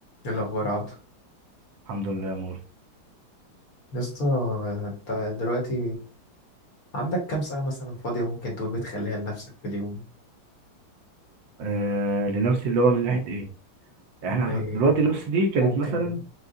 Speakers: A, on the left; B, on the right.
A: ايه الاخبار يا عبدو
B: الحمد لله يا موري
A: يا اسطى انت دلوقتي عندك كام ساعه مثلا فاضيه ممكن تقول بتخليها لنفسك في اليوم
B: آه لنفسي اللي هو من ناحية ايه يعني احنا
A: إيه
B: دلوقتي نفس دي كانت
A: ممكن
B: مثلا